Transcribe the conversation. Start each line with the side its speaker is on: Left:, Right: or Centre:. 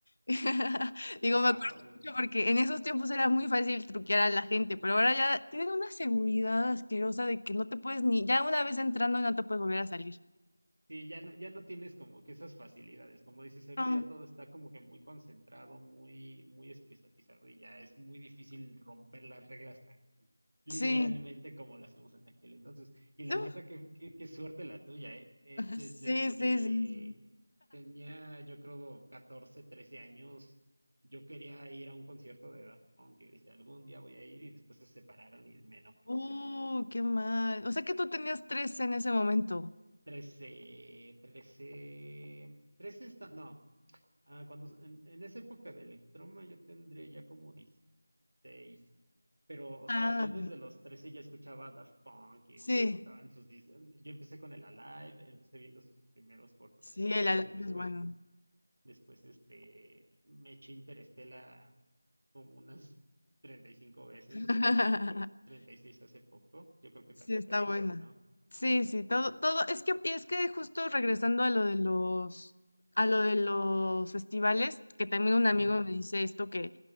Left: <laughs> Digo,
Right: Wow.
Left: me acuerdo mucho porque en esos tiempos era muy fácil truquear a la gente, pero ahora ya tienen una seguridad asquerosa de que no te puedes ni, ya una vez entrando no te puedes volver a salir.
Right: Sí, ya no, ya no tienes como que esas facilidades. Como dices, ahorita
Left: No,
Right: ya todo está como que muy concentrado, muy, muy especializado y ya es muy difícil romper las reglas tan liberalmente
Left: sí.
Right: como lo hacemos en aquel entonces. Y la
Left: <laughs>
Right: neta, qué, qué, qué suerte la tuya, ¿eh? Eh, Desde
Left: Sí, sí,
Right: que
Left: sí. sí.
Right: tenía, yo creo, 14, 13 años, yo quería ir a un concierto de Daft Punk y decía, algún día voy a ir y después se separaron y me enojé
Left: Oh, qué mal. O sea que tú tenías tres en ese momento.
Right: trece trece trece está, no, ah, cuando, en, en esa época de Electroma yo tendría ya como dieciséis pero, o
Left: Ah,
Right: sea, yo desde los 13 ya escuchaba Daft Punk y
Left: sí,
Right: me gustaban sus discos, yo empecé con el Alive, empecé viendo sus primeros cortometrajes,
Left: sí, el alambre
Right: después,
Left: es bueno.
Right: después, este, me eché Interestela como unas 35 veces
Left: <laughs>
Right: y 36 hace poco, yo creo que
Left: Sí,
Right: también
Left: está
Right: te gusta,
Left: buena.
Right: ¿no?
Left: Sí, sí, todo, todo, es que, es que justo regresando a lo de los, a lo de los festivales, que también un amigo
Right: Ujú.
Left: me dice esto que,